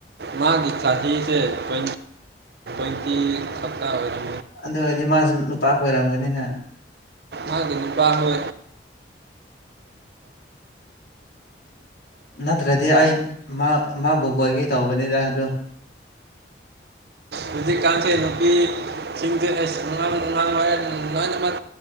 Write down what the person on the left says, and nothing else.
ꯑꯗꯨ ꯑꯣꯏꯔꯗꯤ ꯃꯥꯁꯨ ꯅꯨꯄꯥ ꯀ ꯑꯣꯏꯔꯝꯒꯅꯤꯅ
ꯅꯠꯇ꯭ꯔꯗꯤ ꯑꯩ ꯃꯥꯕꯨ ꯀꯣꯏꯒꯦ ꯇꯧꯕꯅꯤꯗꯥ ꯑꯗꯨ